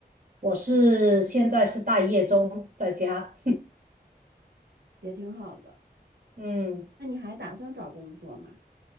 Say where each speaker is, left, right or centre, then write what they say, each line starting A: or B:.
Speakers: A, on the right; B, on the right.
A: 我是现在是待业中，在家。
B: 也挺好的。
A: 嗯，
B: 那你还打算找工作吗？